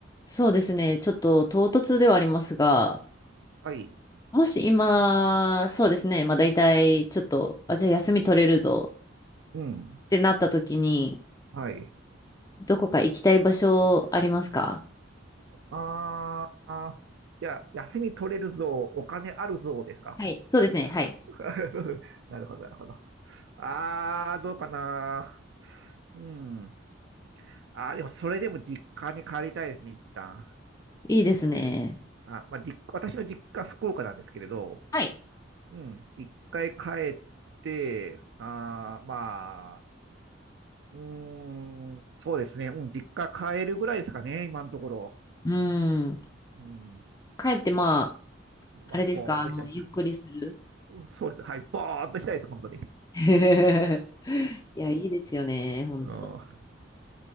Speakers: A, on the left; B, on the right.
A: そうですね。ちょっと唐突ではありますが、
B: はい。
A: もし今、そうですね。まあ大体、ちょっと、あ、じゃあ休み取れるぞ
B: うん。
A: ってなった時に、
B: はい。
A: どこか行きたい場所ありますか
B: ああ、じゃあ、休み取れるぞ、お金あるぞですか
A: はい。そうですね。はい。
B: <laughs> なるほど、なるほど。ああ、どうかな。うん。あーでも、それでも実家に帰りたいですね、一旦。
A: いいですね。
B: あ、まあ、実、私の実家、福岡なんですけれど、
A: はい。
B: うん。一回帰って、ああ、まあ、うーん、そうですね。うん、実家帰るぐらいですかね、今のところ。
A: うーん。
B: うん。
A: 帰って、ま
B: まあ、
A: あ、あれですか、
B: ぼーっとしたいです。
A: あの、ゆっくりする
B: そうですね。はい。バーっとしたいです、本当に。
A: <laughs> いや、いいですよね。本当。
B: うん。ま